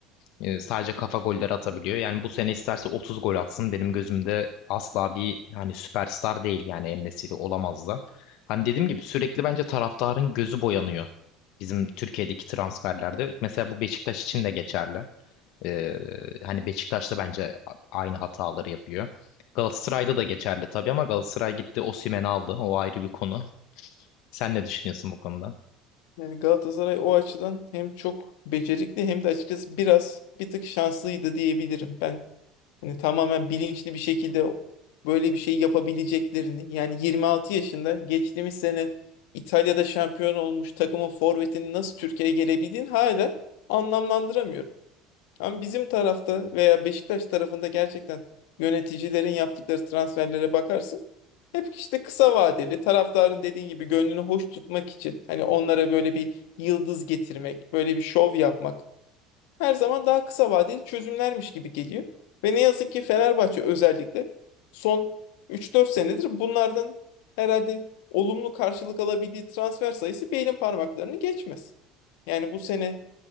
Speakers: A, on the left; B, on the left.
A: Ee, sadece kafa golleri atabiliyor. Yani bu sene isterse 30 gol atsın. Benim gözümde asla bir hani süperstar değil yani En-Nesyri olamaz da. Hani dediğim gibi sürekli bence taraftarın gözü boyanıyor. Bizim Türkiye'deki transferlerde. Mesela bu Beşiktaş için de geçerli. Ee, hani Beşiktaş'ta bence aynı hataları yapıyor. Galatasaray'da da geçerli tabii ama Galatasaray gitti Osimhen'i aldı. O ayrı bir konu. Sen ne düşünüyorsun bu konuda?
B: Yani Galatasaray o açıdan hem çok becerikli hem de açıkçası biraz bir tık şanslıydı diyebilirim. Ben Hani tamamen bilinçli bir şekilde böyle bir şey yapabileceklerini yani 26 yaşında geçtiğimiz sene İtalya'da şampiyon olmuş takımın forvetinin nasıl Türkiye'ye gelebildiğini hala anlamlandıramıyorum. Ama bizim tarafta veya Beşiktaş tarafında gerçekten yöneticilerin yaptıkları transferlere bakarsın. Hep işte kısa vadeli taraftarın dediğin gibi gönlünü hoş tutmak için hani onlara böyle bir yıldız getirmek, böyle bir şov yapmak her zaman daha kısa vadeli çözümlermiş gibi geliyor. Ve ne yazık ki Fenerbahçe özellikle son üç dört senedir bunlardan herhalde olumlu karşılık alabildiği transfer sayısı belin parmaklarını geçmez. Yani bu sene